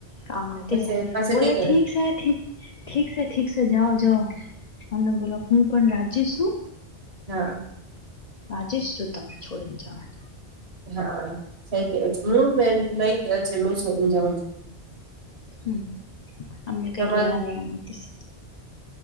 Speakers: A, on the left; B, on the right.
A: કામ નથી
B: પછી પાસે
A: બોલે
B: કઈ
A: ઠીક
B: કેવા
A: છે ઠી ઠીક સે ઠીક સે જાઓ જાઓ. તમને બોલો હું પણ રાજી છું.
B: હા.
A: રાજેશ જો તમને છોડીને જવાના.
B: હા સઈ કેવા છે હું કે છે હું છો જાઉં છું.
A: હમ અમને કઈ
B: તમા
A: લેણા લેણ નથી.